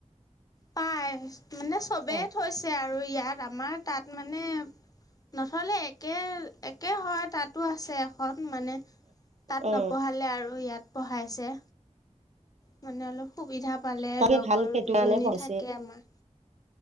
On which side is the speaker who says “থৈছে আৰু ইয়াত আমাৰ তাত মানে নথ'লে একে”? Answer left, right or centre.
Left